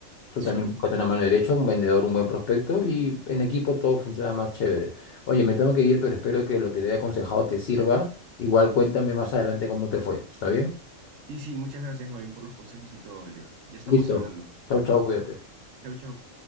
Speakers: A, on the left (about 60°); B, on the right (about 70°).
A: Tú
B: Sí,
A: también buscas una mano derecha, un vendedor, un buen prospecto y en equipo todo funciona más chévere. Oye, me tengo que ir, pero espero que lo que te haya aconsejado te sirva. Igual cuéntame más adelante cómo te fue. ¿Está bien?
B: sí, sí, muchas gracias, Marvin, por los consejos y todo, Oliver. Ya estamos
A: Listo.
B: hablando.
A: Chau, chau, cuídate.
B: Chau, chau.